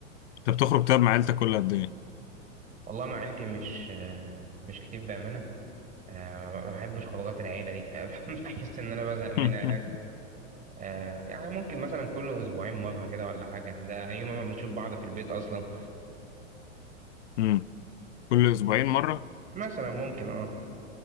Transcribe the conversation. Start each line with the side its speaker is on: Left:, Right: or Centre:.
Left: انت بتخرج طيب مع عيلتك كل قد ايه
Right: والله مع عيلتي مش آه مش كتير بامانه آه ما بحبش خروجات العيله دي <laughs> بحس ان انا بزهق منها
Left: <laughs>
Right: يعني آه يعني ممكن مثلا كل اسبوعين مره كده ولا حاجه ده يوم ما بنشوف بعض في البيت اصلا
Left: مم. كل اسبوعين مره
Right: مثلا ممكن اه